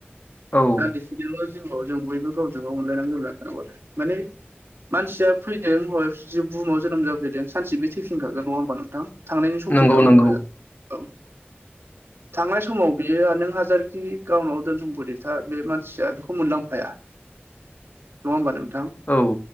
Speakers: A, on the left (about 45°); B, on the right (about 70°).
A: औ
B: दा बिसिनिल' जिउआव जों बयबो गावजों गाव अनलायनांगौ थानांगौ आरो माने मानसिया फैदों हय जिउ बुहुमाव जोनोम जाफैदों सानसे बे थैफिनखागोन नङा होमबा नोंथां। थांनायनि सम
A: नंगौ
B: फैखाखोन
A: नंगौ
B: औ थांनाय समाव बियो नों हाजारखि गावनाव दोनसुमफथि था नों बे मानसिया बेखौ मोनलांफाया नङा होनबा नोंथां
A: औ